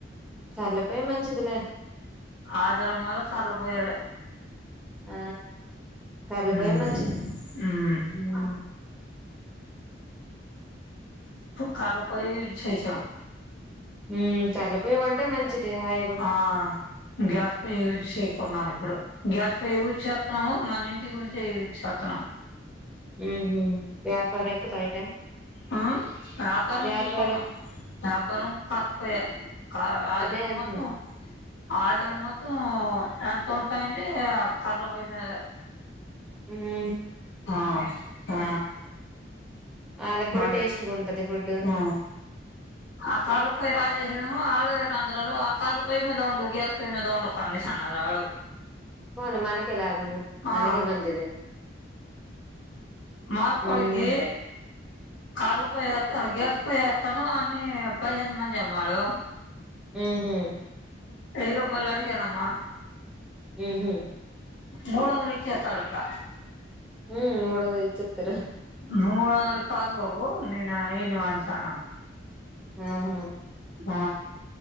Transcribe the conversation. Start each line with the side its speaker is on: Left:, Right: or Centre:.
Centre: కర్లపోయే మంచిదిలే
Left: ఆధారం మళ్లీ కర్రలపోయేరే
Centre: ఆ కర్లపోయే
Left: మ్మ్
Centre: మంచిది
Left: హ్మ్
Centre: ఉమ్
Left: కట్లు పొయ్యే యూజ్ చేశాం
Centre: ఉమ్ కట్ల పోయ్యి వంటే మంచిది హై
Left: ఆ గ్యాస్ పొయ్యి యూజి చేయకుండాము ఇప్పుడు గ్యాస్ పొయ్యి యూజ్ చేత్తున్నాము మన ఇంటి గురించి యూజ్ చేత్తన్నాం
Centre: ఉమ్ హు వ్యాపారానికి బయట
Left: ఆ వ్యాపారానికి
Centre: వ్యాపారం
Left: కొన్నాం వ్యాపారం కర్రలపోయా కా ఆధారం
Centre: అదే అంటున్నా
Left: మొత్తం ఆధారం మొ త్తం ఎంత ఉంటాయి అండి ఆ కర్రలు పోయి మీద
Centre: హ్మ్
Left: ఆ ఆ
Centre: వాళ్ళకి
Left: <unintelligible>
Centre: కూడా టేస్ట్ గా ఉంటది ఫుడ్
Left: ఆ ఆ కర్రల పొయ్యి రాజేష్ను వాళ్ళు ఏట అంతన్నారు ఆ కర్ర్లపొయ్ మీదండు గ్యాస్ పొయ్యి మీదండుతంది అన్నాడు ఆడు
Centre: పోను మనకే లాభము,
Left: ఆ
Centre: మనకే మంచిది.
Left: మార్కోడిగి
Centre: ఉమ్
Left: కర్లు పోయ త గ్యాస్ పొయ్యి ఏస్తాను అన్ని పదిహేను మంజమ్మాడు
Centre: ఉహు
Left: వెయ్యి రూపాలు అడిగనమ్మా
Centre: ఉహు
Left: మూడు వందలు ఇచ్చేత్తారంట.
Centre: ఉమ్ ముదొందలు ఇచ్చేత్తరు
Left: మూడుంద కాదు బాబు నేను ఏయను అనిసన్నాను.
Centre: ఆహు
Left: ఆ